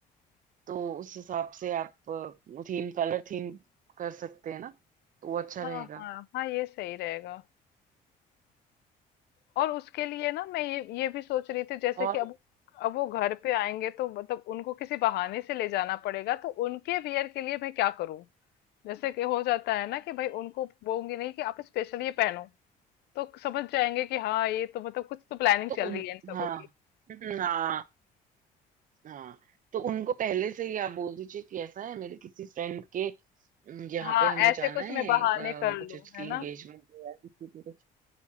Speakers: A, on the right; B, on the left.
A: तो उस हिसाब से आप थीम कलर थीम कर सकते हैं ना तो वो अच्छा रहेगा
B: हाँ हाँ हाँ ये सही रहेगा और उसके लिए ना मैं ये ये भी सोच रही थी जैसे
A: और
B: कि अब अब वो घर पे आएंगे तो मतलब उनको किसी बहाने से ले जाना पड़ेगा तो उनके वियर के लिए मैं क्या करूं जैसे कि हो जाता है ना कि भाई उनको बोलूंगी नहीं कि आप स्पेशल ये पहनो तो समझ जाएंगे कि हाँ ये तो मतलब कुछ तो प्लानिंग
A: तो
B: चल
A: उन
B: रही है इन सबों
A: हाँ <laughs> हाँ हाँ तो उनको पहले से ही आप बोल दीजिए कि ऐसा है मेरे किसी फ्रेंड के अम, यहाँ
B: हाँ
A: पे हमें
B: ऐसे
A: जाना
B: कुछ
A: है
B: मैं बहाने
A: अ,
B: कर लूं
A: कुछ उसकी
B: है ना
A: एंगेजमेंट है या किसी की कुछ